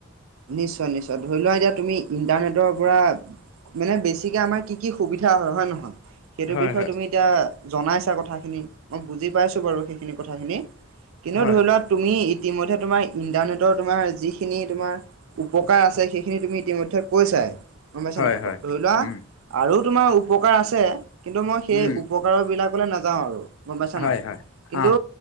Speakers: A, on the right; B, on the left.
A: নিশ্চয় নিশ্চয় ধৰি লোৱা এতিয়া তুমি ইণ্টাৰনেটৰ পৰা মানে বেছিকে আমাৰ কি কি সুবিধা হয় হয় নহয় সেইটো
B: হয়
A: বিষয়ে
B: হয়
A: তুমি এতিয়া জনাইছা কথাখিনি মই বুজি পাইছোঁ বাৰু সেইখিনি কথাখিনি কিন্তু
B: হয়
A: ধৰি লোৱা তুমি ইতিমধ্যে তোমাৰ ইন্টাৰনেটৰ তোমাৰ যিখিনি তোমাৰ উপকাৰ আছে সেইখিনি তুমি ইতিমধ্যে কৈছাই গম পাইছা
B: হয়
A: না
B: হয়
A: ধৰি লোৱা
B: উম
A: আৰু তোমাৰ উপকাৰ আছে কিন্তু মই সেই
B: উম
A: উপকাৰ বিলাকলৈ নাযাওঁ আৰু গম পাইছা
B: হয়
A: নাই
B: হয়
A: কিন্তু
B: অ